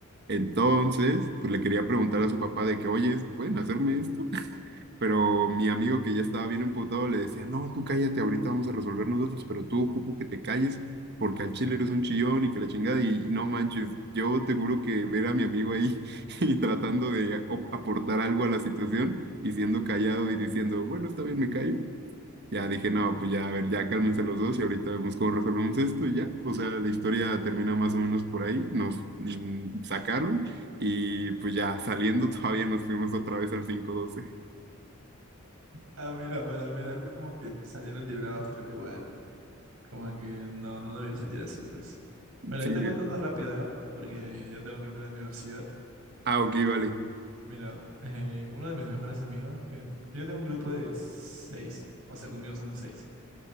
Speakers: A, on the right; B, on the right.
A: Entonces, pues le quería preguntar a su papá de que, oye, ¿pueden hacerme esto? <laughs> Pero mi amigo que ya estaba bien emputado le decía, no, tú cállate, ahorita vamos a resolver nosotros, pero tú ocupo que te calles porque al chile eres un chillón y que la chingada y no manches, yo te juro que ver a mi amigo ahí <laughs> y tratando de a- op- aportar algo a la situación y siendo callado y diciendo, bueno, está bien, me callo, ya dije, no, pues ya, a ver, ya cálmense los dos y ahorita vemos cómo resolvemos esto y ya. O sea, la historia termina más o menos por ahí. Nos mm, sacaron y pues ya saliendo <laughs> todavía nos fuimos otra vez al cinco doce
B: Ah, mira, bueno, al final como que salieron librados, pero igual, como que no, no debía salir así, pues. Bueno,
A: Sí.
B: yo te cuento una rápida, ¿ya? Porque ya tengo que irme a la universidad.
A: Ah, ok, vale.
B: Mira, eh, uno de mis mejores amigos, que yo tengo un grupo de seis, o sea, conmigo somos seis,